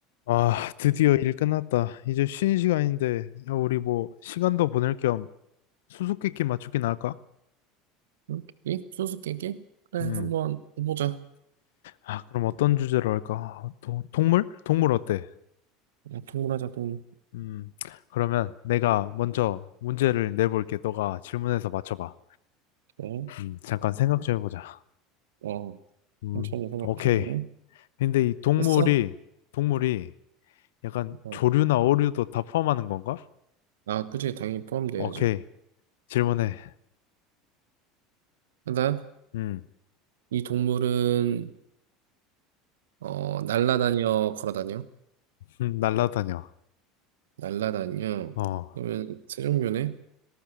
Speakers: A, on the left (about 70°); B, on the right (about 75°).
A: 아, 드디어 일 끝났다. 이제 쉬는 시간인데, 야, 우리 뭐, 시간도 보낼 겸 수수께끼 맞추기나 할까?
B: 수수께끼? 수수께끼? 그래,
A: 음.
B: 한번 해보자.
A: 아, 그럼 어떤 주제로 할까? 아, 도, 동물? 동물 어때?
B: 어, 동물 하자, 동물.
A: 음. 그러면 내가 먼저 문제를 내볼게. 너가 질문해서 맞춰봐.
B: 그래.
A: 음, 잠깐 생각 좀 해보자.
B: 어,
A: 음,
B: 천천히 생각해.
A: 오케이. 근데 이 동물이,
B: 했어?
A: 동물이 약간
B: 어.
A: 조류나 어류도 다 포함하는 건가?
B: 아, 그치, 당연히 포함돼야지.
A: 오케이. 질문해.
B: 하
A: 음,
B: 이 동물은, 어, 날라다녀, 걸어다녀?
A: 음, 날라다녀.
B: 날라다녀.
A: 어,
B: 그러면 세 종류네?